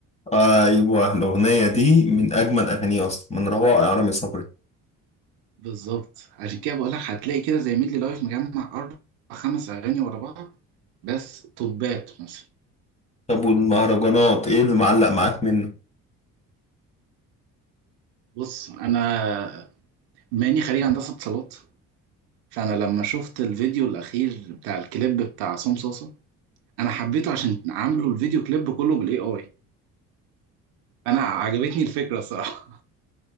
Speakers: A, on the left; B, on the right.
A: ايوه الاغنيه دي من اجمل اغانيه اصلا من روائع رامي صبري
B: بالظبط عشان كده بقول لك هتلاقي كده زي ميدلي لايف مجمع اربع خمس اغاني ورا بعض بس توبات مثلا
A: طب والمهرجانات ايه اللي معلق معاك منه
B: بص انا ماني خريج هندسه اتصالات فانا لما شفت الفيديو الاخير بتاع الكليب بتاع عصام صاصا انا حبيته عشان عامله الفيديو كليب كله بالاي اي انا عجبتني الفكره الصراحه